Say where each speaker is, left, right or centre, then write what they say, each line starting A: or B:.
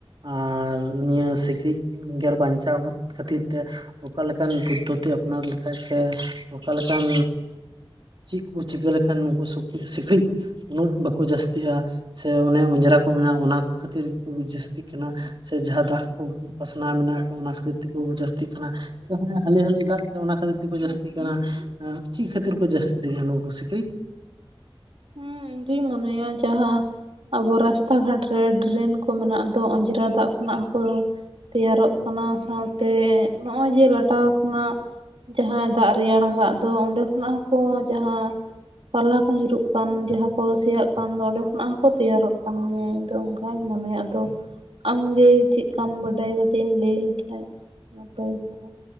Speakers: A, on the right; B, on the right.
A: ᱟᱨ ᱱᱤᱭᱟᱹ ᱥᱤᱠᱬᱤᱡᱽ ᱜᱮᱨ ᱵᱟᱧᱪᱟᱣ ᱠᱷᱟᱹᱛᱤᱨ ᱛᱮ ᱚᱠᱟ ᱞᱮᱠᱟᱱ ᱯᱚᱫᱽᱫᱷᱚᱛᱤ ᱟᱯᱱᱟᱨ ᱞᱮᱠᱷᱟᱡ ᱥᱮ ᱚᱠᱟ ᱞᱮᱠᱟᱱ ᱪᱮᱫ ᱠᱚ ᱪᱤᱠᱟᱹ ᱞᱮᱠᱷᱟᱱ ᱱᱩᱠᱩ ᱥᱤᱠᱬᱤᱡᱽ ᱩᱱᱟᱹᱜ ᱵᱟᱠᱚ ᱡᱟᱹᱥᱛᱤᱜᱼᱟ, ᱥᱮ ᱩᱱᱟᱹ ᱚᱸᱡᱽᱨᱟ ᱠᱚ ᱢᱮᱱᱟᱜᱼᱟ ᱚᱱᱟ ᱠᱷᱟᱹᱛᱤᱨ ᱠᱚ ᱡᱟᱹᱥᱛᱤᱜ ᱠᱟᱱᱟ ᱾ ᱥᱮ ᱡᱟᱦᱟᱸ ᱫᱟᱜ ᱠᱚ ᱯᱟᱥᱱᱟᱣ ᱢᱮᱱᱟᱜ ᱠᱟ ᱚᱱᱟ ᱠᱷᱟᱹᱛᱤᱨ ᱛᱮᱠᱚ ᱡᱟᱹᱥᱛᱤᱜ ᱠᱟᱱᱟ? ᱥᱮ ᱦᱚ-ᱚᱸ ᱦᱟᱹᱞᱤ ᱦᱟᱹᱞᱤ ᱫᱟᱜ ᱛᱮ ᱚᱱᱟ ᱠᱷᱟᱹᱤᱨ ᱛᱮᱠᱚ ᱡᱟᱹᱥᱛᱤᱜ ᱠᱟᱱᱟ, ᱟᱸ ᱪᱮᱫ ᱠᱷᱟᱹᱛᱤᱨ ᱠᱚ ᱡᱟᱹᱥᱛᱤᱜ ᱠᱟᱱᱟ ᱱᱩᱠᱩ ᱥᱤᱠᱬᱤᱡᱽ?
B: ᱦᱩᱸ ᱤᱧ ᱫᱩᱧ ᱢᱚᱱᱮᱭᱟ ᱡᱟᱦᱟᱸ ᱟᱵᱚ ᱨᱟᱥᱛᱟ ᱜᱷᱟᱴᱨᱮ ᱰᱨᱮᱱ ᱠᱚ ᱢᱮᱱᱟᱜ ᱫᱚ ᱚᱸᱡᱽᱨᱟ ᱫᱟᱜ ᱠᱷᱚᱱᱟᱜ ᱦᱚᱸᱠᱚ ᱛᱮᱭᱟᱨᱚᱜ ᱚᱱᱟ ᱥᱟᱶᱛᱮ ᱱᱚᱜᱼᱚᱭ ᱡᱮ ᱞᱟᱴᱟ ᱠᱷᱚᱱᱟᱜ ᱡᱟᱦᱟᱸ ᱫᱟᱜ ᱨᱮᱭᱟᱲ ᱟᱠᱟᱫ ᱫᱚ ᱚᱸᱰᱮ ᱠᱷᱚᱱᱟᱜ ᱦᱚᱸ ᱠᱚ ᱡᱟᱦᱟᱸ ᱯᱟᱞᱟ ᱠᱚ ᱧᱩᱨᱩᱜ ᱠᱟᱱ ᱡᱟᱦᱟᱸ ᱠᱚ ᱥᱮᱭᱟᱜ ᱠᱟᱱ ᱫᱚ ᱚᱸᱰᱮ ᱠᱷᱚᱱᱟᱜ ᱦᱚᱸᱠᱚ ᱛᱮᱭᱟᱨᱚᱜ ᱠᱟᱱ ᱜᱮᱭᱟ, ᱤᱧᱫᱚ ᱚᱱᱠᱟᱧ ᱢᱚᱱᱮᱭᱟ ᱟᱫᱚ ᱟᱢᱜᱮ ᱪᱮᱫᱠᱟᱢ ᱵᱟᱰᱟᱭᱟ, ᱠᱟᱹᱭ ᱮᱢ ᱞᱟᱹᱭᱟᱹᱧ ᱠᱷᱟᱱ ᱱᱟᱯᱟᱭ ᱠᱚᱜᱼᱟ?